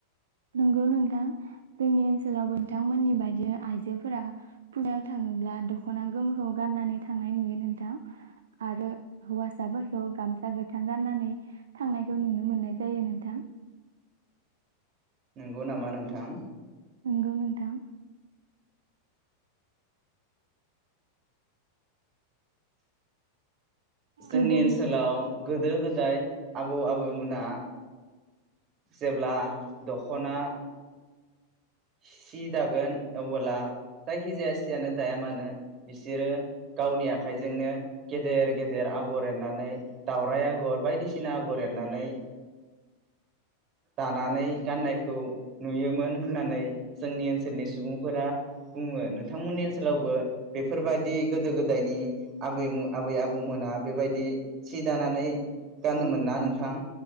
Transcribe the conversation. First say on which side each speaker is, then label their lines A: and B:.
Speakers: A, on the right; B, on the right.
A: नंगौ नोंथां जोंनि ओनसोलावबो नोंथांमोननि बायदि आइजोफोरा फुजायाव थाङोब्ला दख'ना गोमोखौ गाननानै थांनाय नुयो नोंथां आरो हौवासाफोर खौ गामसा गोथां गाननानै थांनायखौ नुनो मोननाय जायो नोंथां
B: नंगौ नामा नोंथां
A: नंगौ नोंथां
B: जोंनि
A: गोदो
B: ओनसोलाव गोदो गोदाय आबौ आबैमोना जेब्ला दख'ना सि दागोन अबोला जायखि जाया सियानो दाया मानो बिसोरो गावनि आखाइजोंनो गेदेर गेदेर आगर एरनानै दावराइ आगर बायदिसिना आगर एरनानै दानानै गाननायखौ नुयोमोन होननानै जोंनि ओनसोलनि सुबुंफोरा बुङो नोंथांमोननि ओनसोलावबो बेफोरबायदि गोदो गोदायनि आबै आबै आबौमोना बेबायदि सि दानानै गानोमोन ना नोंथां